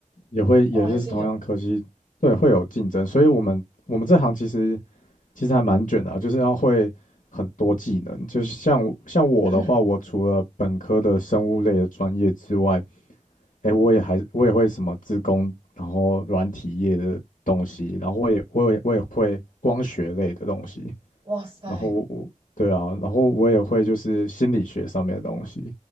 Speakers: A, on the left (about 75°); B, on the right (about 40°).
A: 也会也是同样科系，
B: 哦，还是有，
A: 对，会有竞争，所以我们我们这行其实其实还蛮卷的啊，就是要会很多技能，就是像我像我的话，
B: 嗯，
A: 我除了本科的生物类的专业之外，哎，我也还我也会什么资工，然后软体业的东西，然后我也我也我也会光学类的东西，
B: 哇塞，
A: 然后我，对啊，然后我也会就是心理学上面的东西，